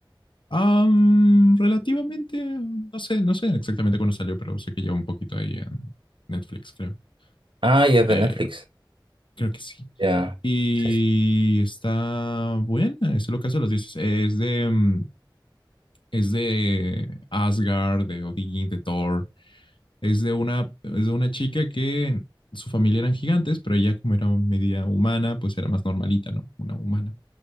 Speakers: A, on the left; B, on the right.
A: Am, relativamente, no sé, no sé exactamente cuándo salió, pero sé que lleva un poquito ahí en Netflix, creo.
B: Ah, ya es
A: Creo,
B: de Netflix.
A: creo que sí.
B: Ya.
A: Y
B: Sí, sí.
A: está buena, eso es lo que hace los dioses. Es de, mm, es de Asgard, de Odín, de Thor. Es de una, es de una chica que su familia eran gigantes, pero ella como era media humana, pues era más normalita, ¿no? Una humana.